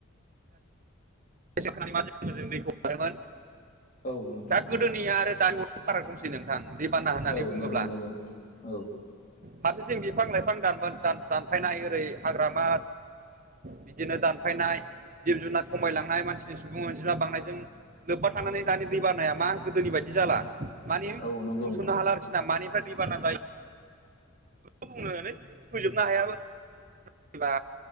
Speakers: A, on the right (about 40°); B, on the left (about 40°).
A: दैखौ हारोमोन
B: औ नोंथां
A: दा गोदोनिया आरो। दायो अ फाराग दंसै नोंथां दै बाना होननानै
B: औ
A: बुङोब्ला।
B: नंगौ नंगौ नोंथां औ
A: फारसेथिं बिफां लाइफां दानोन दानफायनाय ओरै हाग्रामा बिदिनो दानफायनाय जिब जुनार खमायलाङो। बांनाय मानसिनि सुबुं अजिब्ला बांनायजों लोब्बा थानानै दानि दै बारानाया मा गोदोनि बायदि जाला मानिे
B: औ नंगौ
A: बुंस'नो
B: नोंथां
A: हाला आरोखि ना मानिफ्राय दै बाना जायो बे बुंनानै फोजोबनो हायाबो बा